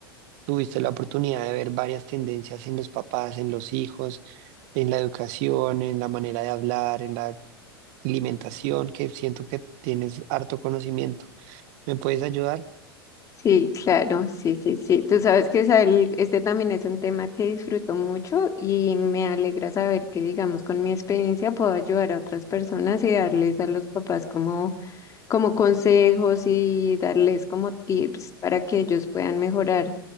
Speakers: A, on the right (about 45°); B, on the left (about 25°).
A: tuviste la oportunidad de ver varias tendencias en los papás, en los hijos, en la educación, en la manera de hablar, en la alimentación, que siento que tienes harto conocimiento. ¿Me puedes ayudar?
B: Sí, claro, sí, sí, sí. Tú sabes que Sael, este también es un tema que disfruto mucho y me alegra saber que, digamos, con mi experiencia puedo ayudar a otras personas y darles a los papás como, como consejos y darles como tips para que ellos puedan mejorar